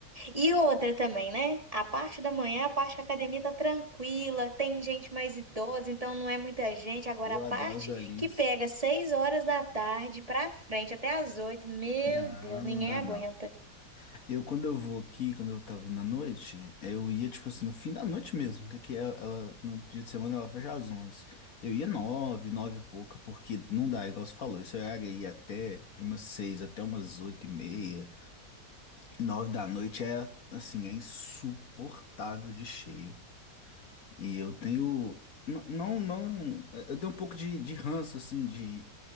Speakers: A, on the right (about 20°); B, on the left (about 55°).
A: E outra também, né? A parte da manhã, a parte da academia tá tranquila, tem gente mais idosa, então não é muita gente. Agora,
B: Eu
A: a
B: adoro
A: parte
B: os velhinhos.
A: que pega seis horas da tarde pra frente, até as oito, meu
B: Não,
A: Deus, ninguém
B: não dá
A: aguenta.
B: não. Eu, quando eu vou aqui, quando eu tava indo à noite, eu ia, tipo assim, no fim da noite mesmo, porque aqui ela, ela- no dia de semana ela fecha às onze Eu ia nove, nove e pouca, porque não dá, igual você falou, esse horário aí até de umas seis até umas oito e meia, nove da noite é, assim, é insuportável de cheio. E eu tenho, n- não, não, eu tenho um pouco de, de ranço, assim, de